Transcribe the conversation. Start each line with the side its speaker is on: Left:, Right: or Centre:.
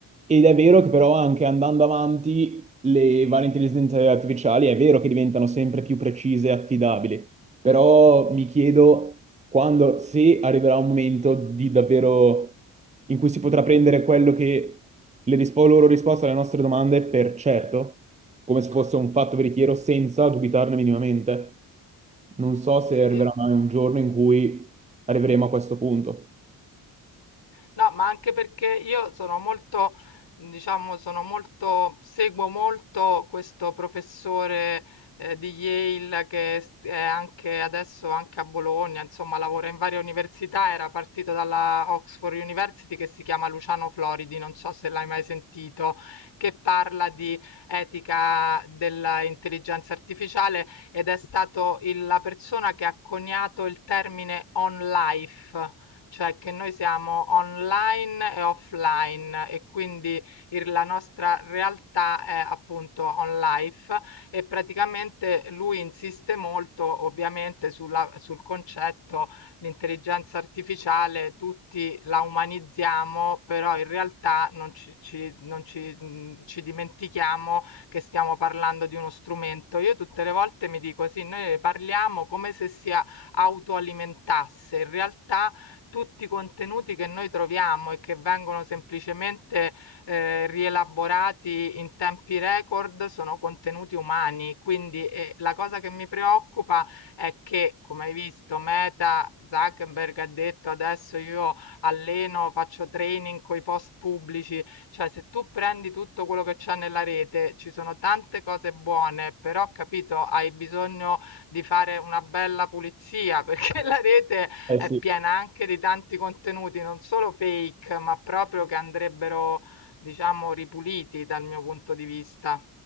Right: ed è vero che però anche andando avanti le varie intelligenze artificiali è vero che diventano sempre più precise e affidabili. Però mi chiedo quando, se arriverà un momento di davvero in cui si potrà prendere quello che le rispo- loro risposte alle nostre domande per certo, come se fosse un fatto veritiero, senza dubitarne minimamente. Non so se
Left: Sì,
Right: arriverà mai un giorno in cui arriveremo a questo punto.
Left: No, ma anche perché io sono molto, diciamo, sono molto, seguo molto questo professore eh, di Yale che s- è anche adesso anche a Bologna, insomma, lavora in varie università, era partito dalla Oxford University che si chiama Luciano Floridi, non so se l'hai mai sentito, che parla di etica dell'intelligenza artificiale ed è stato il- la persona che ha coniato il termine on life cioè che noi siamo online e offline e quindi il- la nostra realtà è appunto on life e praticamente lui insiste molto ovviamente sulla- sul concetto l'intelligenza artificiale, tutti la umanizziamo, però in realtà non ci, ci- non ci, mh, ci dimentichiamo che stiamo parlando di uno strumento. Io tutte le volte mi dico sì, noi ne parliamo come se si autoalimentasse, in realtà tutti i contenuti che noi troviamo e che vengono semplicemente eh, rielaborati in tempi record sono contenuti umani. Quindi eh, la cosa che mi preoccupa è che, come hai visto, Meta Zuckerberg ha detto adesso io alleno, faccio training con i post pubblici, cioè se tu prendi tutto quello che c'è nella rete, ci sono tante cose buone, però capito, hai bisogno di fare una bella pulizia <laughs> perché la rete
Right: Eh
Left: è
Right: sì.
Left: piena anche di tanti contenuti non solo fake, ma proprio che andrebbero, diciamo, ripuliti dal mio punto di vista.